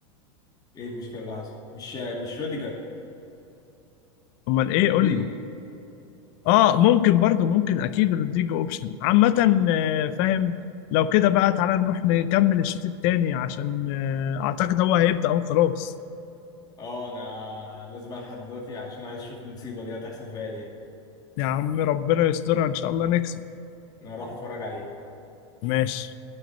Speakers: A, on the left; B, on the left.
A: ايه المشكله اللي حصلت؟ مش آه، مش روديجر
B: امال ايه
A: رودريجو
B: قول لي اه ممكن برضو ممكن اكيد رودريجو اوبشن عامة آه، فاهم لو كده بقى تعالى نروح نكمل الشوط التاني عشان آه، اعتقد هو هيبدأ اهو خلاص
A: اه انا لازم الحق دلوقتي عشان عايز اشوف المصيبه دي هتحصل فيها ايه
B: يا عم ربنا يسترها ان شاء الله نكسب
A: انا هروح اتفرج عليه
B: ماشي